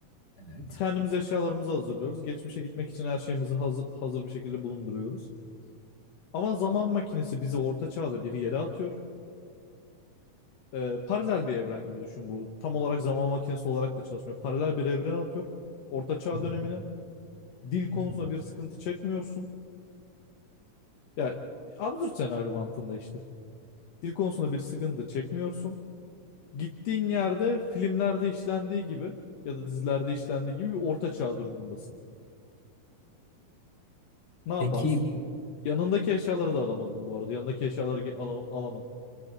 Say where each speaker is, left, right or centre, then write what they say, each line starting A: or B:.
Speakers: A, on the left; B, on the left.
A: Evet.
B: Kendimiz eşyalarımızı hazırlıyoruz. Geçmişe gitmek için her şeyimizi hazır, hazır bir şekilde bulunduruyoruz. Ama zaman makinesi bizi orta çağda bir yere atıyor. Ee, paralel bir evren gibi düşün bu. Tam olarak zaman makinesi olarak da çalışmıyor. Paralel bir evren atıyor. Orta çağ
A: Hı hı,
B: dönemine. Dil konusunda
A: hı hı.
B: bir sıkıntı çekmiyorsun. Ya absürt senaryo mantığında işte. Dil konusunda bir sıkıntı çekmiyorsun. Gittiğin yerde filmlerde işlendiği gibi ya da dizilerde işlendiği gibi bir orta çağ durumundasın. Ne yaparsın?
A: Peki
B: Yanındaki eşyaları da alamadın bu arada. Yanındaki eşyaları ge- ala- alamadın.